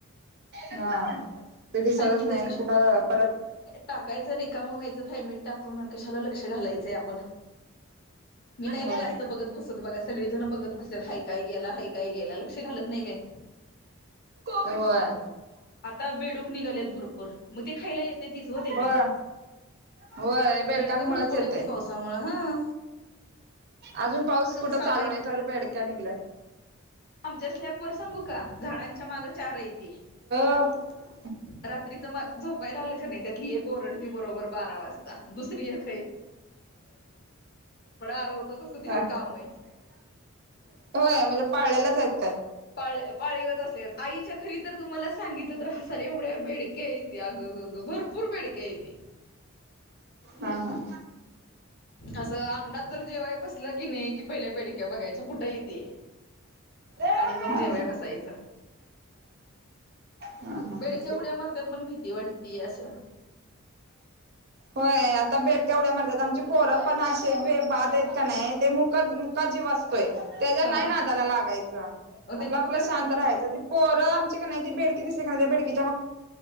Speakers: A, on the right; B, on the left.
A: हा. ते दिसतच
B: हाय कि
A: नाही
B: त्या दिवशी
A: कुठं परत
B: टाकायचं रिकाम व्हायचं थाैमीट टाकून कशाला लक्ष घालायचंय आपण. मी नाही
A: होय
B: जास्त बघत बसत बघा सगळीजण बघत बसतात हय काय गेला हय काय गेला लक्ष घालत नाही लइ
A: होय
B: आता बेडूक निघालेत भरपूर. मग ते खायला येते तिच हो त्यांनी
A: होय होय बेडकांमुळेच
B: बेडकं भरपूरेत
A: येतय
B: की पावसामुळे ह.
A: अजून पाऊस कुठं
B: सामायिक
A: चालू नाही तर अ बेडक्या निघलय.
B: आमच्या स्लॅप वर सांगू का झाडांच्या माग चारेयती.
A: सठ <inaudible>
B: रात्रीच मग झोपायला आलं का नाही त्यातली एक ओरडती बरोबर बारा वाजता दुसरी एक खही. आरवतो तसं तिचं
A: ह
B: काम
A: <inaudible>
B: आहे
A: होय म्हणजे पाळलेलाच मरत.
B: पाळ पाळीवच असले आईच्या घरी तर तुम्हाला सांगितल तर हसाल एवढ्या बेडक्या येत अगं गग भरपूर बेडक्या येत.
A: हा ह.
B: असं अंगणात जर जेव्हाय बसलं की नाही कि पहिल्या बेडक्या बघायच्या कुठेय ते.
A: हा
B: आणि मग
A: हा
B: जेवाय बसायचं.
A: हा हा हा
B: बेडक्या उड्या मारतात पण भीती वाटती जास्त.
A: होय आता बेडक्या उढ्या मारतात आमची पोरं पण असे बाधेत का नाही ते मुक मुका जीव अतोय. त्याच्या
B: हा
A: नाही नादाला लागायचं
B: मग त्यांनी
A: आपलं आपलं
B: पकडतात
A: शांत राहायच ती पोरं आमची का नाही ती बेड कि सक भिडची <unintelligible>